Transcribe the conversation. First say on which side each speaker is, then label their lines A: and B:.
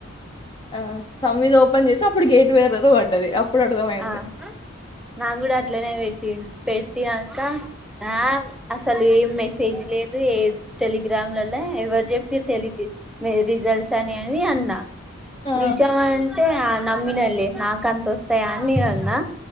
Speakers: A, on the left (about 25°); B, in the centre.
A: ఆ సం ఎదో ఓపెన్ చేస్తే అప్ ప్పుడు గేట్ వేరరు పడ్డది అప్పుడు అర్థమైంది
B: ఆ నాకు కూడా అట్లనే పెట్టిం పెట్టినంకా ఆ అసలు ఏం మెసేజ్ లేదు ఏ టెలిగ్రామ్లల్ల ఎవరు చెప్పి తెలుగు మీ రిజల్ట్స్ అని అన్నా
A: ఆ
B: నిజమే అంటే నమ్మినలే నాకు అంత వస్తాయ అనీ అన్నా